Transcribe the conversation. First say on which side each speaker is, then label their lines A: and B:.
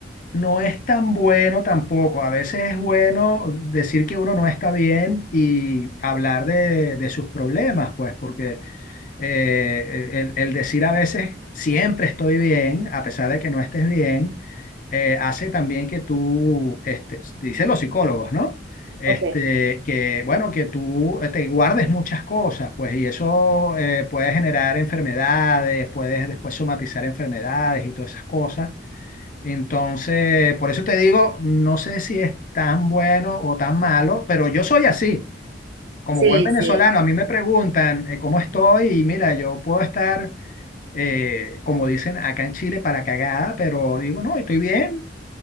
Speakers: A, on the left (about 45°); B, on the right (about 85°).
A: no es tan bueno tampoco. A veces es bueno decir que uno no está bien y hablar de, de sus problemas, pues, porque eh, el, el decir a veces siempre estoy bien, a pesar de que no estés bien, eh, hace también que tú, este, dicen los psicólogos, ¿no? Este,
B: Ok,
A: que, bueno, que tú eh, te guardes muchas cosas, pues, y eso eh, puede generar enfermedades, puedes después somatizar enfermedades y todas esas cosas. Entonces, por eso te digo, no sé si es tan bueno o tan malo, pero yo soy así. Como
B: sí,
A: buen venezolano,
B: sí.
A: a mí me preguntan eh, cómo estoy y mira, yo puedo estar, eh, como dicen acá en Chile, para la cagada, pero digo, no, estoy bien.